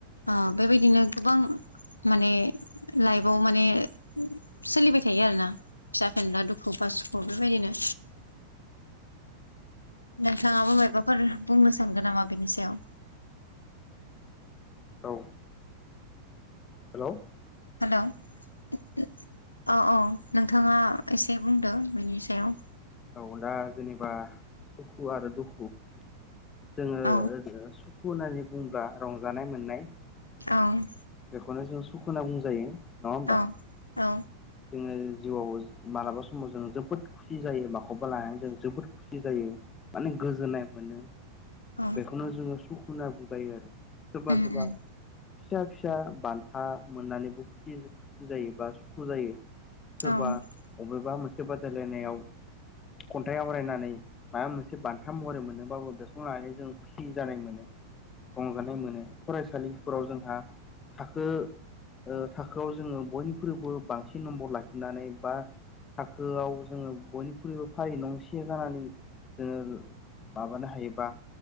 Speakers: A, on the left; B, on the left.
A: ओ बेबायदिनो गोबां माने लाइफआव माने सोलिबाय थायो आरो ना फिसा फेनला दुखु बा सुखु बेबायदिनो नोंथाङाबो मायबाफोर बुंनो सानगोन नामा बेनि सायाव
B: औ हेल'
A: हेल' औ-औ नोंथाङा एसे बुंदो बेनि सायाव
B: औ दा जेनेबा सुखु आरो दुखु जोङो
A: औ
B: खु होननानै बुंङोब्ला रंजानाय मोननाय।
A: औ
B: बेखौनो जों सुखु होनना बुंजायो नङा होमबा?
A: औ औ
B: जोङो जिउआव मालाबा समाव जों जोबोद खुसि जायो माखौ खौबा लानानै जों जोबोद खुसि जायो माने गोजोननाय मोनो
A: औ
B: बेखौनो जोङो सु खु होनना बुंजायो आरो सोरबा
A: उम
B: सोरबा
A: उम
B: फिसा फिसा बान्था मोननानैबो खुसि खुसि जायो बा सुखु जायो। सोरबा
A: औ उम
B: बबेबा मोनसे बादायलायनायाव खन्थाइ आवरायनानै माबा मोनसे बान्था महरै मोनदोंबाबो बेखौनो लानानै जों खु सि जानाय मोनो रंजानाय मोनो फरायसालिफोराव जोंहा थाखो ओ थाखोआव जोङो बयनिख्रुइबो बांसिन नम्बर लाखिनानै बा थाखोआव जोङो बयनिख्रुइबो फारि नंसे जानानै जोङो माबानो हायोबा